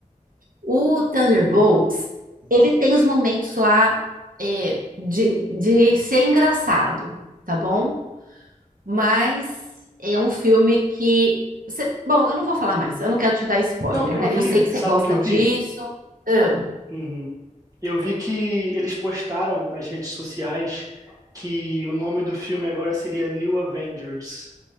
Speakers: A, on the right; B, on the right.
A: O Thunderbolts, ele tem os momentos lá é, de, de ser engraçado, tá bom? Mas é um filme que. você- Bom, eu não vou falar mais, eu não quero te dar spoiler,
B: Não, eu
A: né?
B: vi,
A: Eu sei que você
B: sabe
A: gosta
B: o que eu
A: disso.
B: vi?
A: Ah,
B: Uhum. Eu vi que eles postaram nas redes sociais que o nome do filme agora seria New Avengers.